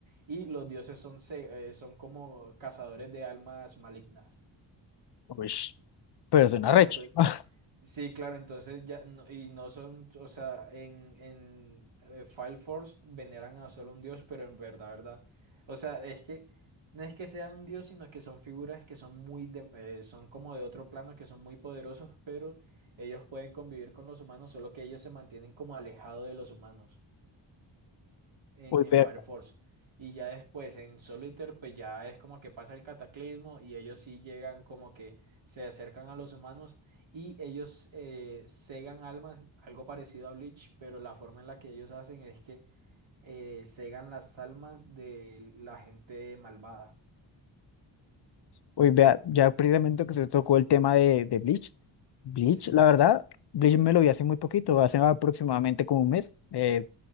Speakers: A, on the right (about 65°); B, on the left (about 55°).
A: y los dioses son, se- eh, son como cazadores de almas malignas.
B: uish, pero suena
A: Claro,
B: recho.
A: entonces,
B: <laughs>
A: sí, claro, entonces ya, no- y no son, o sea, en, en eh, Fire Force veneran a solo un dios, pero en verdad, verdad, o sea, es que no es que sea un dios, sino que son figuras que son muy, de- eh, son como de otro plano, que son muy poderosos, pero ellos pueden convivir con los humanos, solo que ellos se mantienen como alejados de los humanos. en,
B: Uy,
A: en
B: vea,
A: Fire Force. Y ya después en Solitaire, pues ya es como que pasa el cataclismo y ellos sí llegan como que se acercan a los humanos y ellos eh, segan almas, algo parecido a Bleach, pero la forma en la que ellos hacen es que eh, segan las almas de la gente malvada.
B: uy, vea, ya precisamente que se tocó el tema de, de Bleach. Bleach,
A: Sí,
B: la verdad, Bleach me lo vi hace muy poquito, hace aproximadamente como un mes. Eh,